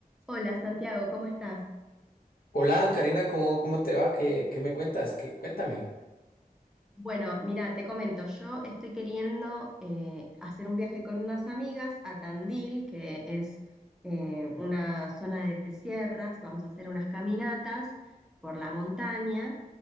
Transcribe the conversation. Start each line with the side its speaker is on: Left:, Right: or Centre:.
Centre: Hola Santiago, ¿cómo estás?
Left: Hola Karina, ¿cómo, cómo te va? ¿Qué, qué me cuentas? ¿Qué, cuéntame.
Centre: Bueno, mira, te comento, yo estoy queriendo eh, hacer un viaje con unas amigas a Tandil, que es eh, una zona de sierras, vamos a hacer unas caminatas por la montaña